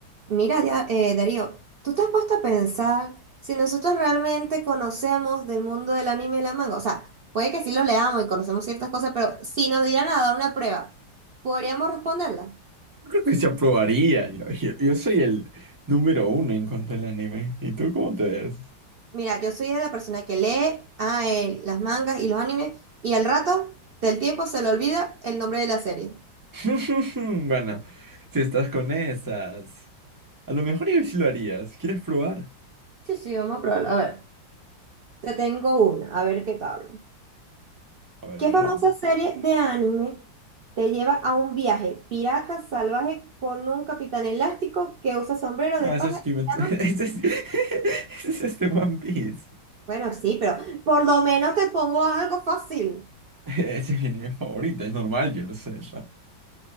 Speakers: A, on the right (about 90°); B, on the right (about 20°).
A: Mira, Dia- eh, Darío, ¿tú te has puesto a pensar si nosotros realmente conocemos del mundo del anime y la manga? O sea, puede que sí los leamos y conocemos ciertas cosas, pero si nos dieran a dar una prueba, ¿podríamos responderla?
B: Yo Creo que se aprobaría. Yo, yo, yo soy el número uno en cuanto al anime. ¿Y tú cómo te ves?
A: Mira, yo soy de la persona que lee ah, eh, las mangas y los animes y al rato del tiempo se le olvida el nombre de la serie.
B: <laughs> Bueno, si estás con esas, a lo mejor yo sí lo harías. ¿Quieres probar?
A: Sí, sí, vamos a probarlo. A ver, te tengo una, a ver qué tal.
B: A ver,
A: ¿Qué
B: a ver,
A: famosa
B: a ver.
A: serie de anime te lleva a un viaje pirata salvaje con un capitán elástico que usa sombrero
B: Ah,
A: de paja
B: eso es Kimetsu.
A: y llama?
B: <laughs> Ese es, <laughs> ese es este One Piece.
A: Bueno, sí, pero por lo menos te pongo algo fácil.
B: <laughs> Ese es mi anime favorito. Es normal, yo lo sé. ¿no?